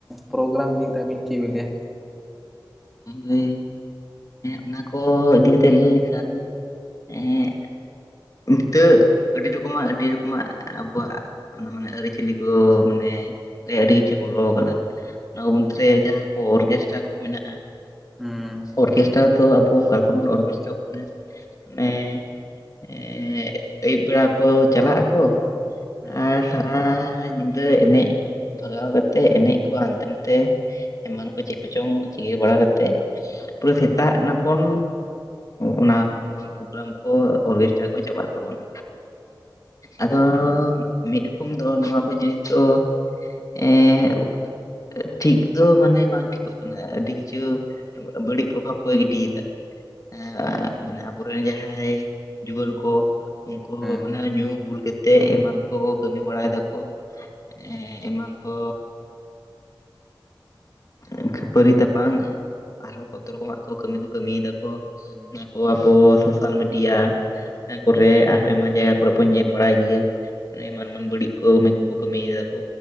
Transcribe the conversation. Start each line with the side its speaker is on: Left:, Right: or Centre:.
Centre: ᱯᱨᱳᱜᱨᱟᱢ ᱤᱫᱤ ᱠᱟᱛᱮᱫ ᱟᱵᱤᱱ ᱪᱮᱫ ᱵᱤᱱ ᱞᱟᱹᱭᱟ
Left: ᱦᱳᱭ ᱚᱱᱟ ᱠᱚ ᱤᱫᱤ ᱠᱟᱛᱮᱫ ᱞᱟᱹᱭ ᱞᱮᱠᱷᱟᱱ ᱮᱸᱼᱼ ᱱᱤᱛᱚᱜ ᱟᱹᱰᱤ ᱨᱚᱠᱚᱢᱟᱜ ᱟᱹᱰᱤ ᱨᱚᱠᱚᱢᱟᱜ ᱟᱵᱚᱣᱟᱜ ᱚᱱᱟ ᱢᱟᱱᱮ ᱟᱹᱨᱤᱪᱟᱹᱞᱤ ᱠᱚ ᱢᱟᱱᱮ ᱟᱹᱰᱤ ᱠᱤᱪᱷᱩ ᱵᱚᱞᱚᱣ ᱠᱟᱱᱟ ᱚᱱᱟ ᱢᱩᱫᱽ ᱨᱮ ᱡᱟᱦᱟᱸ ᱠᱚ ᱚᱨᱜᱮᱥᱴᱟᱨ ᱠᱚ ᱢᱮᱱᱟᱜᱼᱟ
Centre: ᱦᱩᱸ
Left: ᱚᱨᱠᱮᱥᱴᱟᱨ ᱫᱚ ᱟᱵᱚ ᱚᱠᱟᱞᱮᱠᱟ ᱵᱚᱱ ᱚᱨᱠᱮᱥᱴᱟᱨ ᱟᱵᱚ ᱛᱮ ᱴᱮ ᱮᱸ ᱟᱹᱭᱩᱵ ᱵᱮᱲᱟ ᱠᱚ ᱪᱟᱞᱟᱜ ᱟᱠᱚ᱾
Centre: ᱦᱩᱸ
Left: ᱟᱨ ᱥᱟᱨᱟ ᱧᱤᱫᱟᱹ ᱮᱱᱮᱡ᱾ ᱵᱷᱟᱜᱟᱣ ᱠᱟᱛᱮᱫ ᱮᱱᱮᱡ ᱠᱚ ᱦᱟᱱᱛᱮ ᱱᱟᱛᱮ ᱮᱢᱟᱱ ᱠᱚ ᱪᱮᱫ ᱠᱚᱪᱚᱝ ᱪᱤᱠᱟᱹ ᱵᱟᱲᱟ ᱠᱟᱛᱮ ᱯᱩᱨᱟᱹ ᱥᱮᱛᱟᱜ ᱱᱟᱯᱚᱱ ᱚᱱᱟ ᱯᱨᱚᱜᱨᱟᱢ ᱠᱚ ᱚᱨᱜᱮᱥ ᱪᱟ ᱠᱚᱭ ᱪᱟᱵᱟᱜ ᱛᱟᱵᱚᱱᱟ ᱟᱫᱚ ᱢᱤᱫ ᱨᱚᱠᱚᱢ ᱫᱚ ᱱᱚᱣᱟ ᱠᱚ ᱡᱤᱱᱤᱥ ᱫᱚ᱾ ᱮᱸᱜ ᱴᱷᱤᱠ ᱫᱚ ᱢᱟᱱᱮ ᱵᱟᱝ ᱴᱷᱤᱠᱚᱜ᱾ ᱢᱟᱱᱮ ᱟᱹᱰᱤ ᱠᱤᱪᱷᱩ ᱵᱟᱹᱲᱤᱡ ᱯᱨᱚᱵᱷᱟᱵᱽ ᱠᱚᱭ ᱜᱤᱰᱤᱭᱮᱫᱟ᱾ ᱮᱸ ᱢᱟᱱᱮ ᱟᱵᱚᱨᱮᱱ ᱡᱟᱦᱟᱸᱭ ᱡᱩᱣᱟᱹᱱ ᱠᱚ ᱩᱱᱠᱩ
Centre: ᱦᱮᱸ
Left: ᱦᱚᱸ ᱢᱟᱱᱮ ᱧᱩ ᱵᱩᱞ ᱠᱟᱛᱮ ᱛᱮ ᱮᱢᱟᱱ ᱠᱚᱠᱚ ᱠᱟᱹᱢᱤ ᱵᱟᱲᱟᱭ ᱫᱟᱠᱚ᱾ ᱦᱮᱸ ᱮᱢᱟᱱ ᱠᱚ ᱮᱸ ᱠᱷᱟᱹᱯᱟᱹᱨᱤ ᱛᱟᱯᱟᱝ᱾ ᱟᱨᱚ ᱠᱛᱚ ᱨᱚᱠᱚᱢᱟᱜ ᱠᱚ ᱠᱟᱹᱢᱤ ᱠᱚ ᱠᱟᱹᱢᱤᱭ ᱫᱟ ᱠᱚ
Centre: ᱦᱮᱸ
Left: ᱚᱱᱟ ᱠᱚ ᱟᱵᱚ ᱥᱳᱥᱟᱞ ᱢᱤᱰᱤᱭᱟ ᱠᱚᱨᱮ ᱟᱨᱦᱚᱸ ᱮᱢᱟᱱ ᱡᱟᱭᱜᱟ ᱠᱚᱨᱮ ᱵᱚᱱ ᱧᱮᱞ ᱵᱟᱲᱟᱭ ᱜᱮᱭᱟ
Centre: ᱦᱮᱸ
Left: ᱮᱢᱟᱱ ᱮᱢᱟᱱ ᱵᱟᱹᱲᱤᱡ ᱠᱟᱹᱣᱢᱮ ᱠᱚᱠᱚ ᱠᱟᱹᱢᱤᱭ ᱫᱟ ᱠᱚ